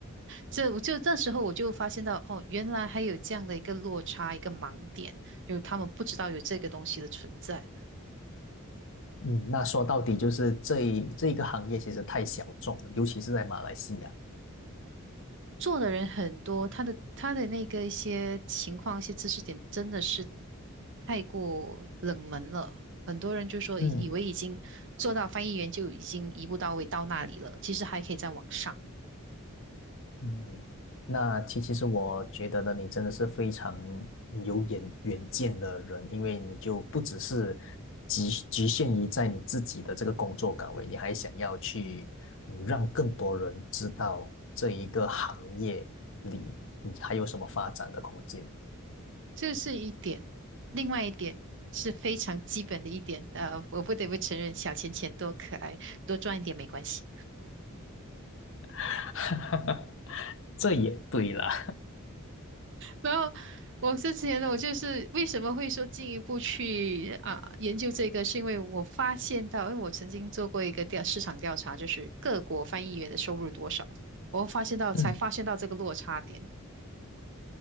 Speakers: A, on the right (about 60°); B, on the left (about 60°).
A: 这我就那时候我就发现到，哦，原来还有这样的一个落差，一个盲点，就是他们不知道有这个东西的存在。
B: 嗯，那说到底就是这一这一个行业其实太小众了，尤其是在马来西亚。
A: 做的人很多，他的他的那个一些情况、一些知识点真的是太过冷门了。很多人就说以以为已经做到翻译员就已经一步到位到那里了，
B: 嗯
A: 其实还可以再往上。
B: 嗯，那其其实我觉得呢，你真的是非常有远远见的人，因为你就不只是局局限于在你自己的这个工作岗位，你还想要去嗯让更多人知道这一个行业里你还有什么发展的空间。
A: 这是一点，另外一点是非常基本的一点，呃，我不得不承认，小钱钱多可爱，多赚一点没关系。
B: <laughs> 这也对啦。
A: 然后我之前呢，我就是为什么会说进一步去啊研究这个，是因为我发现到，因为我曾经做过一个调市场调查，就是各国翻译员的收入多少，我发现到才发现到这个落差点，
B: 嗯